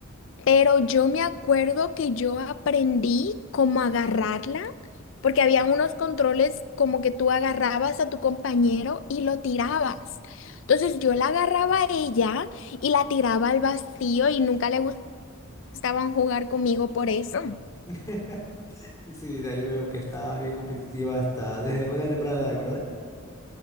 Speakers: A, on the left; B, on the left.
A: pero yo me acuerdo que yo aprendí cómo agarrarla, porque habían unos controles como que tú agarrabas a tu compañero y lo tirabas. Entonces yo la agarraba a ella y la tiraba al vacío y nunca le gustaban jugar conmigo por eso. <laughs>
B: <laughs> Sí, de ahí veo que estabas bien competitiva hasta desde una temprana edad, ¿verdad?